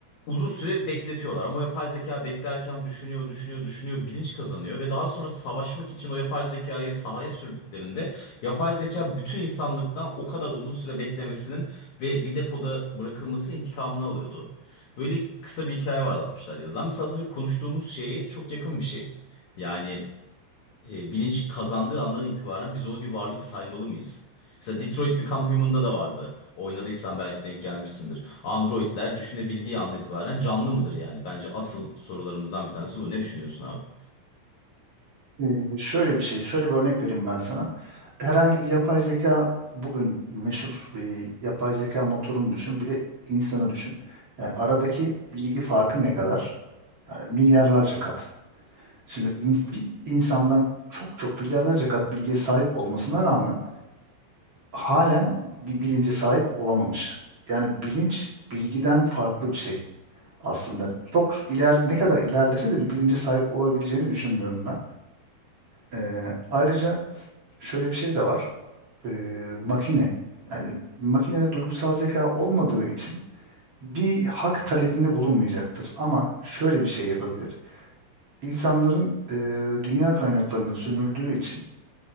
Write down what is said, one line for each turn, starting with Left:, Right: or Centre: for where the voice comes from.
Left: uzun süre bekletiyorlar. Ama yapay zeka beklerken düşünüyor, düşünüyor, düşünüyor, bilinç kazanıyor. Ve daha sonra savaşmak için o yapay zekayı sahaya sürdüklerinde yapay zeka bütün insanlıktan o kadar uzun süre beklemesinin ve bir depoda bırakılması intikamını alıyordu. Böyle kısa bir hikaye vardı 60'lar yazılan. Mesela az önce konuştuğumuz şeye çok yakın bir şey. Yani e, bilinç kazandığı andan itibaren biz onu bir varlık saymalı mıyız? Mesela Detroit Become Human'da da vardı. Oynadıysan belki denk gelmişsindir. Androidler düşünebildiği andan itibaren canlı mıdır yani? Bence asıl sorularımızdan bir tanesi bu. Ne düşünüyorsun abi?
Right: Ee, şöyle bir şey, şöyle bir örnek vereyim ben sana. Herhangi bir yapay zeka bugün meşhur bir yapay zeka motorunu düşün, bir de insanı düşün. Yani aradaki bilgi farkı ne kadar? Yani milyarlarca kat. Şimdi ins- bir insandan çok çok milyarlarca kat bilgiye sahip olmasına rağmen halen bir bilince sahip olamamış. Yani bilinç bilgiden farklı bir şey aslında. Çok iler ne kadar ilerlese de bir bilince sahip olabileceğini düşünmüyorum ben. Ee, ayrıca şöyle bir şey de var. Ee, makine yani makinede duygusal zeka olmadığı için bir hak talebinde bulunmayacaktır. Ama şöyle bir şey yapabilir. İnsanların e, dünya kaynaklarını sömürdüğü için